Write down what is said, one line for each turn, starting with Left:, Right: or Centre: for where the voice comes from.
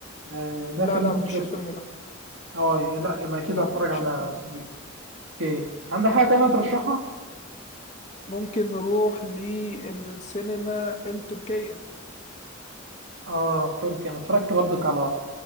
Right: آه، ده
Left: لا
Right: فيلم
Left: لا
Right: كنت
Left: مش
Right: شفته
Left: الفيلم ده
Right: اه لا يبقى اكيد
Left: لا
Right: هتفرج
Left: مش
Right: على
Left: الفيلم
Right: سبيك اوكي عندك حاجه تانيه ترشحها
Left: ممكن نروح للسينما التركية
Right: اه تركي انا اتفرجت برضك على